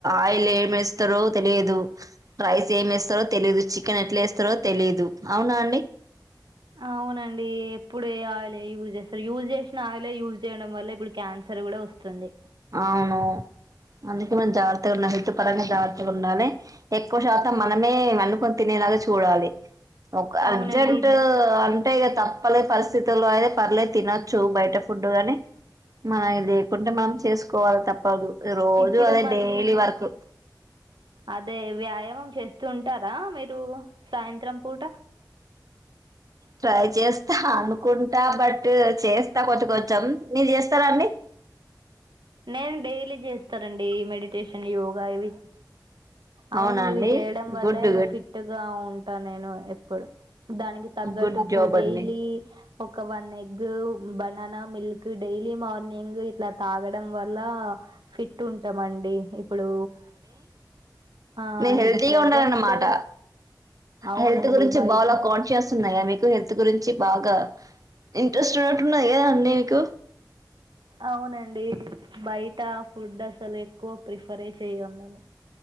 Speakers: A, on the right; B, on the right.
A: ఆయిల్ ఏం వేస్తారో తెలియదు రైస్ ఏమిేస్తారో తెలిదు చికెన్ ఎట్ల వేస్తారో తెలిదు అవునా అండి
B: అవునండి ఎప్పుడె ఏ ఆయిలే యూజ్ చేస్తారు యూజ్ చే <unintelligible> ఆయిలే యూజ్ చేయడం వల్ల ఇప్పుడు క్యాన్సర్ కూడ వస్తుంది
A: అవును అందుకే మనం జాగ్రత్తగా ఉన్నా హెల్త్ పరంగా జాగ్రత్తగా ఉండాలి ఎక్కువ శాతం మనమే వండుకొని తినే గ చూడాలి ఒక
B: అవునండి
A: అర్జంట్
B: ద
A: అంటే తప్పల్లే పరిస్థితుల్లో అయితే పర్లేదు తినొచ్చు బయట ఫుడ్ ని మనం ఇది కటుంబం చేసుకోవాల్ తప్పదు రోజు
B: ఇప్పుడు
A: అదే
B: మళ్ళీ
A: డైలీ వర్క్
B: అదే వ్యాయమం చేస్తూ ఉంటార మీరు సాయంత్రం పూట
A: ట్రై చేస్తా అనుకుంట బట్ చేస్తా కొంచ కొంచెం మీరు చేస్తారాండి
B: నేను డైలీ చేస్తారంండి మెడిటేషన్ యోగా ఇవి అవును
A: అవునా అండి
B: ఇవి చేయడం వల్లే
A: గుడ్ గుడ్
B: ఫిట్ గా ఉం ట నేను ఎప్పుడు దానికి తగ్గట్టు
A: గుడ్
B: ఇప్పుడు
A: జాబ్
B: డైలీ
A: అండి
B: ఒక one egg banana milk daily morning ఇట్ల తాగ డం వల్లా ఫిట్ ఉంటామండి ఇప్పుడు ఆ,
A: మీర్ హెల్తీగ
B: ప్రజెంట్
A: ఉండారన్నమాట
B: అవునండి
A: హెల్త్ గురించి
B: బయట
A: బాల కాన్షియన్స్ ఉన్నాయ మీకు హెల్త్ గురించి బాగ ఇంట్రెస్ట్ ఉన్నట్టున్నది కదా నీకు
B: అవునండి బయట ఫుడ్ అసలు ఎక్కువ ప్రిఫరే చెయం మేము